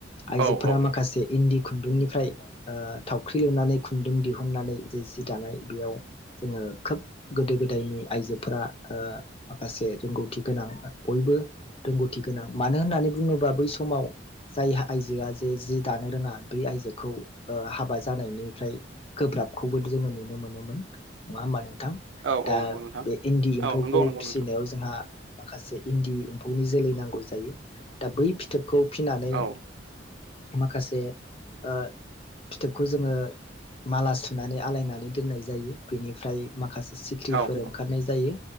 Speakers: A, on the left (about 30°); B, on the right (about 80°).
A: आइजोफोरा
B: औ औ नोंथां
A: माखासे इन्दि खुन्दुंनिफ्राय ओ थावख्रि लुनानै खुन्दुं दिहुननानै जे जि दानाय बेयाव जोङो खोब गोदै गो दायनि आइजोफोरा ओ माखासे रोंगौथि गोनां बयबो रोंगौथि गोनां मानो होननानै बुङोबा बै समाव जाय आइजोआ जे जि दानो रोङा बे आइजोखौ ओ हाबा जानायनिफ्राय गोब्राबखौबो जोङो नुनो मोनोमोन नङा होमबा नोंथां?
B: औ
A: दा
B: औ नंगौ नोंथां
A: बे इन्दि एम्फौखौ
B: औ नंगौ नंगौ
A: फिसिनायाव
B: नोंथां
A: जों जोंहा माखासे इन्दि एम्फौनि जोलै नांगौ जायो दा बै फिथोबखौ फिनानै
B: औ
A: माखासे ओ फिथोबखौ जोङो माला सुनानै आलायनानै दोननाय जायो बेनिफ्राय माखासे सिख्रिफोर
B: औ औ
A: ओंखारनाय जायो